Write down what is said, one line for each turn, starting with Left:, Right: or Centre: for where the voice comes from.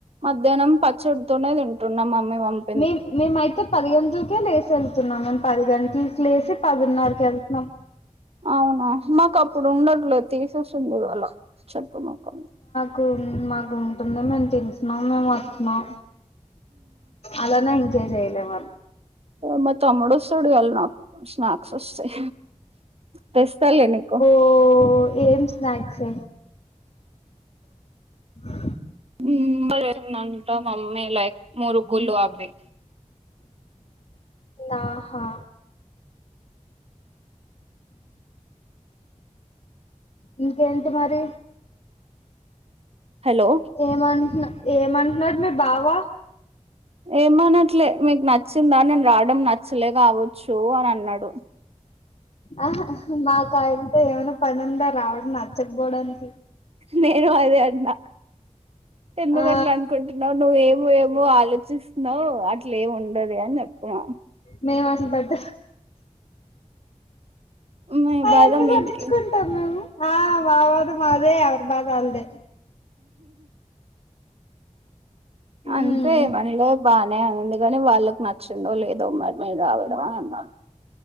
Right: మధ్యానం పచ్చిడి తోనే తింటున్న మమ్మీ పంప్
Left: మీ మీమైతే పది గంట్లకే లేసి ఎళ్తున్నాం. నె పది గంట్లకే లేసి పదిన్నరకి ఎళ్తున్నాం.
Right: అవునా మాకు అప్పుడు ఉండట్లేదు తీసేసింది అలా చెత్త మొకం
Left: కు మాకు ఉంటున్నాం మేము తెలిసినం మేము వత్తునం అలానే ఇంకే చేయలే వాళ్
Right: మా తమ్ముడు వస్తడు ఈయల నాక్ స్నాక్స్ వస్తయ్ తెస్తాలే నీకు
Left: ఓ ఏం స్నాక్సే ఆ
Right: హ్మ్మ్ నంట మమ్మీ లైక్ మురుకులు అవి
Left: నాహా ఇంకేంటి మరి?
Right: హలో
Left: ఏమంటున ఏమంటునర్ మీ బావ
Right: ఏమనట్లే మీకు నచ్చిందా నేను రావడం? నచ్చలే కావచ్చు అన్ అన్నడు.
Left: ఆహ్ మాకు ఆయనతో ఏమైనా పని ఉందా రావడం నచ్చకపోవడానికి
Right: నేను అదే అన్నా ఎందు
Left: ఆ
Right: గట్లు అనుకుంటున్నావు నువ్వ ఏమో ఏమో నువ్వు ఆలోచిస్తున్నావు అట్లే ఏమి ఉండది అని చెప్తున్న
Left: మేము అసలు పట్ట
Right: మీ
Left: అవన్నీ
Right: బాధ మీకే
Left: పట్టించుకుంటాం ఆ మా బాధ మాదే ఎవర్ బాధ ఆల్దే ఉమ్
Right: అంతే మనలో బానే ఉన్నింది కాని వాళ్ళకి నచ్చిందో లేదో మరి మేము రావడం అని అన్నాను